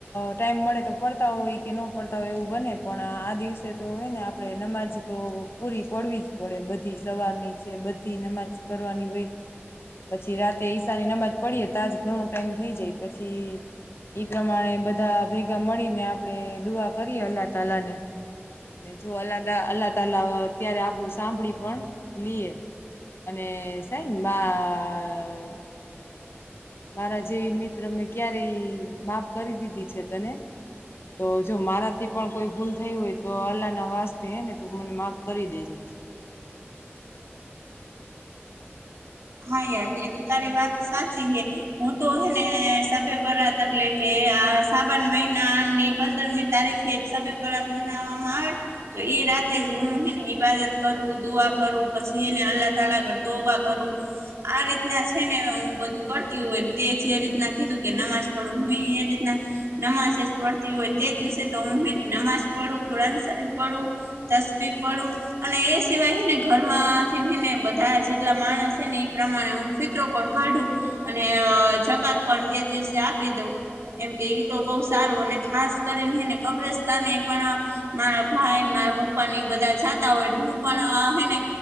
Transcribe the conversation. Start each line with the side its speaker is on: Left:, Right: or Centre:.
Left: ટાઈમ મળે તો પડતા હોય કે ન પડતા હોય એવું બને પણ આ દિવસે તો હે ને આપણે નમાજ તો પૂરી પા પડવી જ પડે બધી સવારની છે બધી નમાજ કરવાની હોય પછી રાતે ઈશાની નમાજ પડીએ તજ ઘણો ટાઈમ થઈ જાય પછી એ પ્રમાણે બધા ભેગા મળીને આપણેે દુઆ કરીએ અલ્લાહ તલા ને. અને જો અલ્ અલ્લાહ તલા અત્યારે આપણું સાંભળી પણ લિયે. અને સાહેનમાં મારા જેવી મિત્ર મેં ક્યારે માફ કરી દીધી છે તને તો જો મારાથી પણ કોઈ ભૂલ થઈ હોય તો અલ્લાહ ના વાસ તે ને તું મને માફ કરી દેજે. <inaudible>
Right: હા યાર એ તો તારી વાત સાચી હે હું તો હેને સભે બરાત એટલે કે આ સાબણ મહિના ની પંદરમી તારીખે જ સે સવે બારાત મનાવવામાં આવે તો ઈ રાતે જ હું હને ઈબાદત કરું દુઆ કરું પછી એને અલ્લાહ તાલા તોબા કરું. આ આ રીતના છે ને હું બધું કરતી હોય તે જે રીતના કીધું કે નમાજ પડું હું એ રીતના નમાજ જ પડતી હોય તે દિવસે તો હું હે ને નમાજ પડું કુરાન શરીફ પડું તસ્બી પડું અને એ સિવાયને ઘરમાંથીને હે ને બધા જેટલા માણસ ને એ પ્રમાણે હું ફિતરો પણ કાઢું અને જકાત પણ તે દિવસે આપી દઉં એમ કે ઈ તો બહુ સારું અને ખાસ કરી હે ને કબ્રસ્તા ને પણ મારા ભાઈ ના પપ્પા ની બધા જાતા હોયને હું પણ હે ને